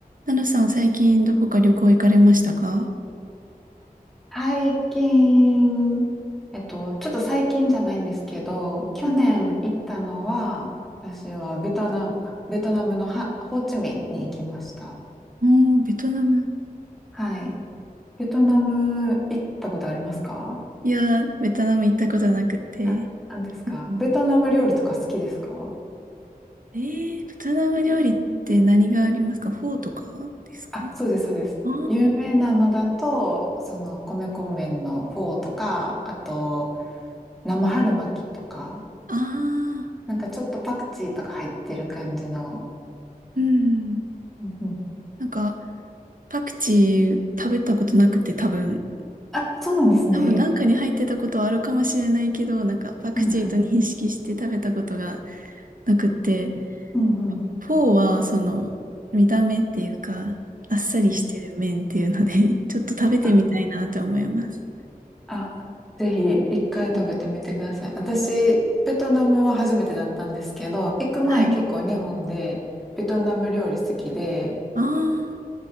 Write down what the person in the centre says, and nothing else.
最近、えっと、ちょっと最近じゃないんですけど、去年行ったのは、
私はベトナム、ベトナムのハ、ホーチミンに行きました。
はい。ベトナム行ったことありますか
あ、なんですかベトナム料理とか好きですか
あ、そうです、そうです。
有名なのだと、その、米粉麺のフォーとか、あと、生春巻きとか、
なんかちょっとパクチーとか入ってる感じの、
うんうん
あ、そうなんですね。
うんうん、
うんうんうん
うん
あ、あ、ぜひ一回食べてみてください。
私、ベトナムは初めてだったんですけど、行く前結構日本でベトナム料理好きで、